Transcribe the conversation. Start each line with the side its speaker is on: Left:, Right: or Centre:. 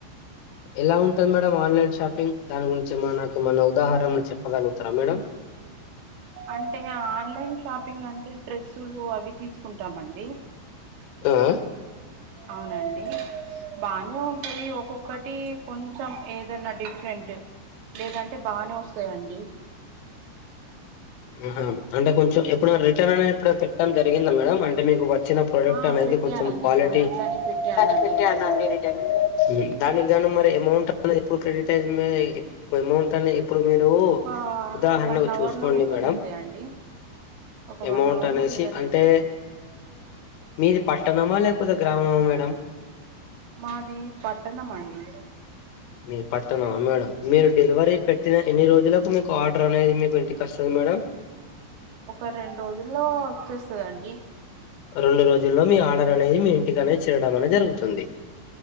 Left: ఎలా ఉంటది మే డం ఆన్లైన్ షాపింగ్ దాని గురించి ఏమన నాకు ఏమన్న ఉదాహరణలు చెప్పగలుగుతారా మేడం
Right: అంటే ఆన్లైన్ షాపింగ్ అంటే డ్రెస్సులు అవి తీసుకుంటామండి
Left: ఆ
Right: అవునండి బానే ఉంటాయి ఒక్కొక్క టి కొంచెం ఏదన్నా డిఫరెంట్ లేదంటే బానే వస్తాయండి
Left: ఆహా అంటే కొంచెం ఎప్పుడన రిటర్న్ అనే ఎప్పుడన పె డం జరిగిందా మేడం అంటే మీకు వచ్చిన ప్రోడక్ట్
Right: ఆ
Left: అనేది
Right: పెట్టానండి
Left: కొంచెం క్వాలిటీ
Right: మొన్నట్లనే పెట్టానండి
Left: చాలా పెట్టానండి
Right: రిటర్న్
Left: రిటను మ్మ్ఉహ్మ్ దానికి గాను మరి అమౌంట్ అనేది ఎప్పుడు క్రెడిట్ అయి అమౌంట్ అనే ఎప్పు ఇప్పుడు మీరు
Right: ఒక
Left: ఉదాహరణకు
Right: వన్ అవర్
Left: చూసుకోండి
Right: లో రిటర్న్
Left: మేడం
Right: అయితాయండి ఒక వన్
Left: అమౌంట్
Right: అవర్
Left: అనేసి
Right: లో రిటర్న్
Left: అంటే
Right: అయిపోతాయి
Left: మీది పట్టణమా లేకపోతే గ్రామమా మేడం
Right: మాది పట్టణం అండి
Left: మీది పట్టణమా మేడం మీరు డెలివరీ పెట్టిన ఎన్ని రోజులకు మీకు ఆర్డర్ అనేది మీకు ఇంటికి వస్తది మేడం
Right: ఒక రెండు రోజుల్లో వచ్చేస్తాదండి
Left: రెండు రోజుల్లో మీ ఆర్డర్ అనేది మీ ఇంటిక అనేది చేరడం అనేది జరుగుతుంది.